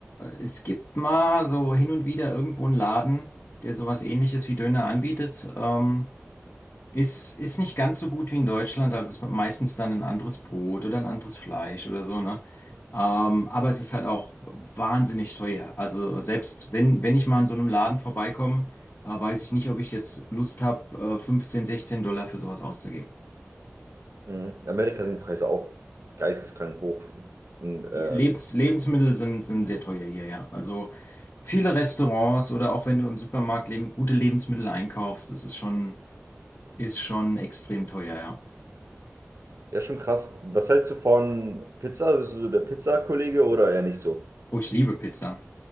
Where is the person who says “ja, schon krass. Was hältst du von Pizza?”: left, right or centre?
Right